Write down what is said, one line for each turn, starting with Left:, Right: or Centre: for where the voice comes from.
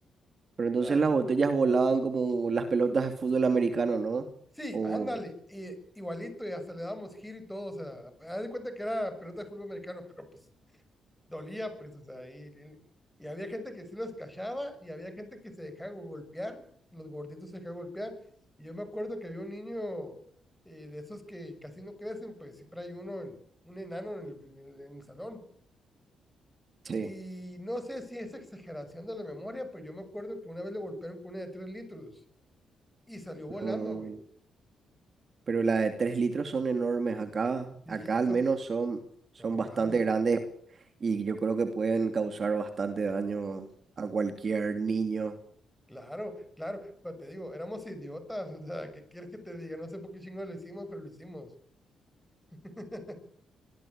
Right: Pero entonces
Centre: Ah,
Right: las botellas volaban como las pelotas de fútbol americano, ¿no?
Centre: sí,
Right: O
Centre: ándale. Y, igualito, y hasta le dábamos giro y todo. O sea, haz de cuenta que era pelota de fútbol americano, <laughs> pero pues dolía, pues, o sea, y, y había gente que sí los cachaba y había gente que se dejaba golpear, los gorditos se dejaban golpear. Y yo me acuerdo que había un niño eh, de esos que casi no crecen, pues siempre hay uno, en, un enano en el, en el, en el salón.
Right: sí,
Centre: Y no sé si es exageración de la memoria, pero yo me acuerdo que una vez le golpearon con una de tres litros y salió volando,
Right: no.
Centre: güey.
Right: Pero las de 3 litros son enormes acá.
Centre: Sí,
Right: Acá al
Centre: son,
Right: menos
Centre: eh,
Right: son, son
Centre: son
Right: bastante
Centre: grandes.
Right: grandes y yo creo que pueden causar bastante daño a cualquier niño.
Centre: Claro, claro, pero te digo, éramos idiotas, <laughs> o sea, ¿qué quieres que te diga? No sé por qué chingo lo hicimos, pero lo hicimos. <laughs>